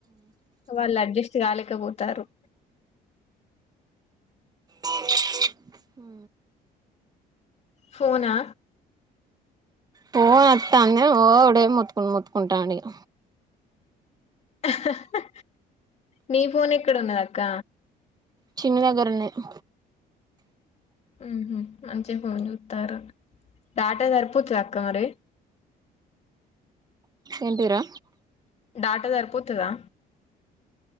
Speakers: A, on the left; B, on the right.
A: వాళ్ళ అడ్జస్ట్ కలేదు పోతారు
B: హ ఉ
A: ఫోనా
B: పోన్ వస్తా అందే ఓడే మొతుకు మొతుకుంతాండు ఇగ
A: హ హ నీ ఫోన్ ఎక్కడ ఉన్నదాక్క
B: చిన్న దగ్గర ఉన్నది
A: ఉ ఉ మంచిగా ఫోన్ చూత్తరు డాటా సరిపోతదా అక్క మరి
B: ఏంటిరా
A: డాటా సరిపోతదా